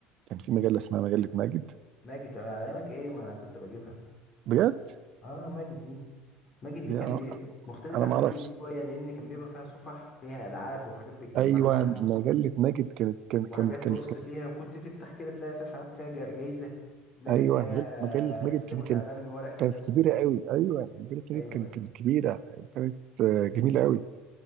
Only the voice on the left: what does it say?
<laughs> ماجد ده على ايامك ايه ما انا كنت بجيبها
اه ماجد دي ماجد دي
كان بي... مختلفة
عن
ميكي دي شوية لان كان بيبقى فيها صفح فيها العاب وحاجات بتجمعها
وحاجات
تقص
فيها وكنت تفتح كده تلاقي فيها ساعات فيها جا- جايزة تلاقي
فيها
سلم
وتعبان
ورق كده
ايوه
أيوة.